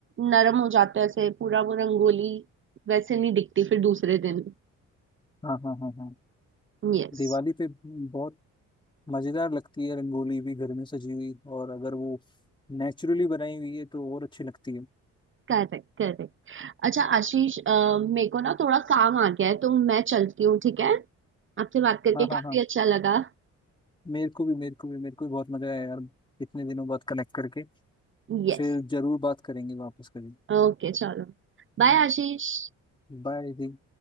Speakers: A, on the right (about 40°); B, on the left (about 15°).
A: नरम हो जाते हैं ऐसे पूरा वो रंगोली वैसे नहीं दिखती फिर दूसरे दिन
B: हाँ हाँ हाँ हाँ।
A: Yes
B: दिवाली पे बहुत मजेदार लगती है रंगोली भी घर में सजी हुई और अगर वो नेचुरली बनाई हुई है तो और अच्छी लगती है
A: correct correct अच्छा आशीष अ, मेरे को ना थोड़ा काम आ गया है तो मैं चलती हूँ ठीक है आपसे बात करके
B: हाँ हाँ
A: काफी
B: हाँ
A: अच्छा लगा
B: मेरे को भी मेरे को भी मेरे को भी बहुत मजा आया यार इतने दिनों बाद कनेक्ट करके
A: यस
B: फिर जरूर बात करेंगे वापस करेंगे
A: ओके चलो बाय आशीष
B: By the